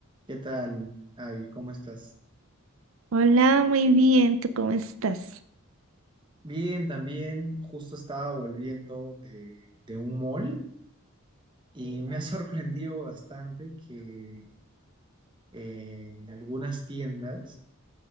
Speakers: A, on the right; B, on the right.
A: ¿Qué tal? Ay, ¿cómo estás?
B: Hola, muy bien, ¿tú cómo estás?
A: Bien, también justo estaba volviendo de, de un mall y me ha <laughs> sorprendido bastante que en algunas tiendas